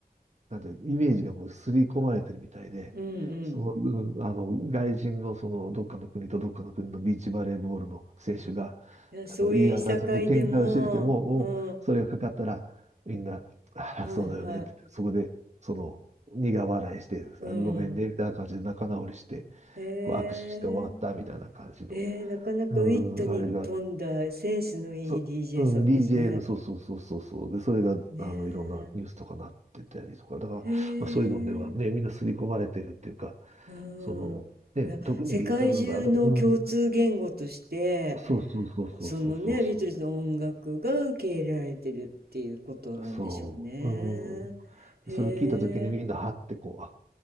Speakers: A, on the right; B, on the right.
A: なんで、イメージがもう刷り込まれてるみたいで、
B: うん、う
A: その、
B: ん。
A: うん、あの、外人のその、どっかの国とどっかの国のビーチバレーボールの選手が、
B: いや、
A: あの、
B: そういういさかいでも、
A: 言い争いで喧嘩をしてても、
B: うん、
A: おそれがかかったら、みんな、ああ、
B: はいはい、
A: そうだよねって言って、そこで、その、苦笑いして、
B: うん。
A: あごめんね、みたいな感じで仲直りして、
B: へえ。
A: こう握手して終わったみたいな感じの、
B: えー、なかなかウィットに富んだセンスのいい
A: うん、あれがあっそ、
B: DJ
A: うん、
B: さんですね。
A: DJ の、そうそうそうそうそう。で、それが、
B: ね
A: あの、いろんなニュースとかなってたりとか、だから、
B: え。へえ。
A: まあ、そういうのではね、みんな刷り込まれてるっていうか、
B: うん。
A: その、ね、
B: いや、
A: 特にビートルズだとか、
B: 世界中の共通言語として、
A: うん、そうそうそうそうそうそうそう。
B: そのね、ビートルズの音楽が受け入れられてるっていうことなんでしょうね。
A: そう、うん。
B: へえ、
A: それを聞いたときにみんな、はってこう、あ、